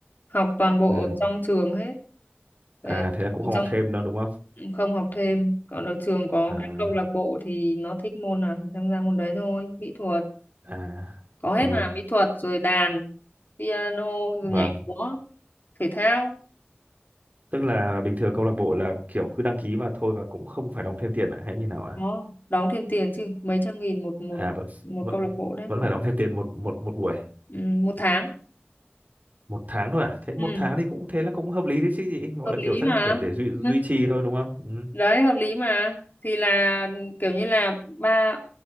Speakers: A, on the left (about 50°); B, on the right (about 45°).
A: học toàn bộ
B: ừ
A: ở trong trường hết Về
B: à thế là cũng
A: ở
B: không học
A: trong
B: thêm đâu đúng không
A: không học thêm còn ở trường có
B: à
A: cái câu lạc bộ thì nó thích môn nào thì tham gia môn đấy thôi mỹ thuật
B: à
A: có hết
B: ừ
A: mà mỹ thuật rồi đàn piano rồi
B: vâng
A: nhảy múa thể thao
B: tức là bình thường câu lạc bộ là kiểu cứ đăng ký và thôi và cũng không phải đóng thêm tiền à hay như nào ạ
A: nó đóng thêm tiền chứ mấy trăm nghìn một một
B: à vẫn
A: một
B: vẫn
A: câu lạc bộ đấy
B: vẫn
A: một
B: phải đóng thêm tiền một một một buổi
A: ừ, một tháng
B: một tháng thôi à thế một
A: ừ,
B: tháng thì cũng thế là cũng hợp lý đấy chứ gì gọi
A: hợp
B: là
A: lý
B: kiểu chắc
A: mà
B: là kiểu để duy duy
A: <laughs>
B: trì thôi đúng không ừ.
A: đấy hợp lý mà thì là kiểu như là ba